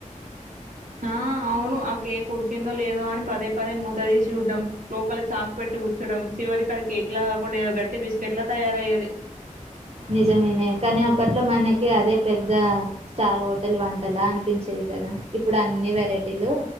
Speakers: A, on the right; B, on the right.
A: ఆ అవును ఆ కేక్ ఉడికిందో లేదో అని పదే పదే మూత తీసి చూడ్డం లోపల చాకు పెట్టి గు చడం చివరికి అది కేక్ లా కాకుండా ఏదో గట్టి బిస్కెట్ లా తయారయ్యేది
B: నిజమేనే కానీ అప్పట్లో మనకి అదే పెద్ద స్టార్ హోటల్ వంటలా అనిపించేది కదా ఇప్పుడు అన్ని వెరైటీలు